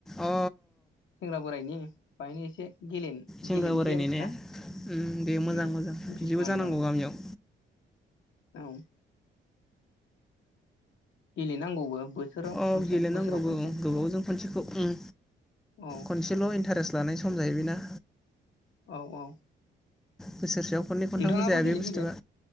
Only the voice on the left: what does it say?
सेंग्रा बोरायनि बाहायनो एसे गेले
गेलेनोसै
आरोखि
ना
उम
मिथिसुवानि
नामै
<unintelligible> गेलेनांगौबो बोथोराव
खनसे
बोसोराव खनसे
औ
औ औ
नोंथाङाबो
गेलेफैदो